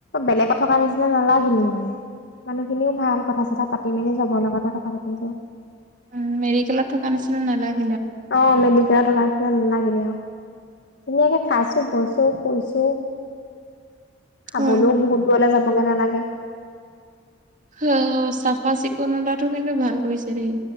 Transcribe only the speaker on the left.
বেলেগত থকা নিচিনা নালাগিলেই মানে। মানুহখিনিও ভাল কথা-চথা পাতি মেলি চবৰ লগতে কথা পাতিছো।
অ', মেডিকেলত থকাৰ নিছিনা নালাগিলে অ'। ধুনীয়াকে খাইছোঁ বৈইছো শুইছো।। <unintelligible> খাবলৈও
বহুত দূৰলে যাবগে নালাগে।